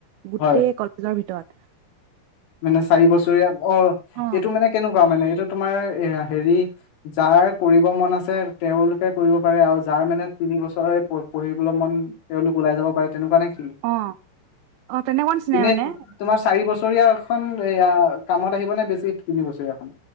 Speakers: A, on the right; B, on the left.
A: গোটেই
B: হয়
A: কলেজৰ ভিতৰত
B: মানে চাৰি বছৰীয়া অ
A: অ
B: এইটো মানে কেনেকুৱা মানে এইটো তোমাৰ এ হেৰি যাৰ কৰিব মন আছে তেওঁলোকে কৰিব পাৰে আৰু যাৰ মানে তিনি বছৰে পঢ়িবলৈ মন তেওঁওলোক ওলাই যাব পাৰে তেনেকুৱা নে এনে
A: অ অ তেনেকুৱা নিচিনাই মানে
B: তোমাৰ চাৰি বছৰ খন এয়া কামত আহিব নে বেছি তিনি বছৰীয়াখন